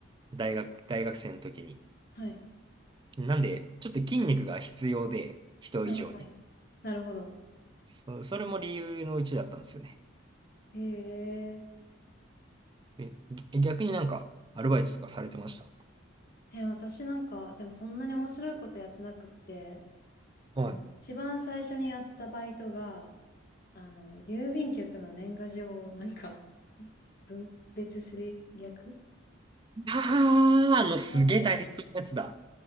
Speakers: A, on the right (about 25°); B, on the left (about 50°).
A: 大学、大学生の時に。
B: はい。
A: なんで、ちょっと筋肉が必要で、人以上に。
B: はい。はい。なるほど。
A: そ、それも理由のうちだったんですよね。
B: へえ。
A: えぎ逆になんか、アルバイトとかされてました。
B: え、私なんか、でもそんなに面白いことやってなくって、
A: はい
B: でも一番最初にやったバイトが、あの、郵便局の年賀状をなんか分別する役や
A: ああ、あの、すげえ大変そうなやつだ。
B: ります